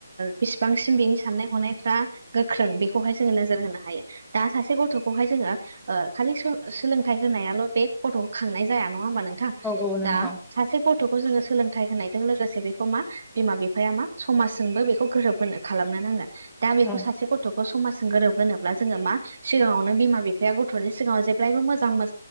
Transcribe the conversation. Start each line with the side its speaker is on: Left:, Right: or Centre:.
Right: बेसिबांसिम बेनि साननाय हनायफ्रा गोख्रों बेखौहाय जोङो नोजोर होनो हायो दा सासे गथ'खौहाय जों ओ खालि सोलोंथाइ होनायाल' बे गथ'खौ खांनाय जाया नङा होनबा नोंथां? नोंथां
Centre: औ औ नोंथां
Right: दा सासे गथ'खौ जोङो सोलोंथाइ होनायजों लोगोसे बेखौ मा बिमा बिफाया मा समाजजोंबो बेखौ गोरोब होनो खालामो नो नांगोन दा बेखौ
Centre: औ
Right: सासे गथ' समाजजों गोरोब होनोब्ला जोङो मा सिगाङावनो बिमा बिफाया गथ'नि सिगाङाव जेब्लायबो मोजां मोन